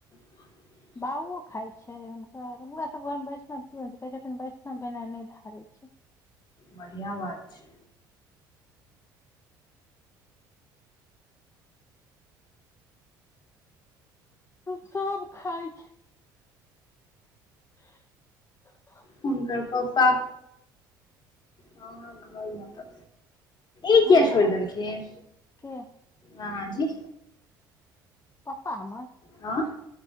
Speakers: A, on the left; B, on the left.
A: <inaudible>
B: भावो खाय छै हुनकर हमरा सब घरमे वैष्णव केवो नै छै कहे छथिन वैष्णव भेनाइ नहि धारे छै
A: बढ़िया बात छै
B: सभ खाय छै नहि भो <unintelligible> भो
A: हुनकर पप्पा ह घर <unintelligible> मे त ई किया
B: हमर
A: छोइड़
B: आ
A: देलखिन
B: के
A: ह जी
B: पप्पा हमर
A: हाँ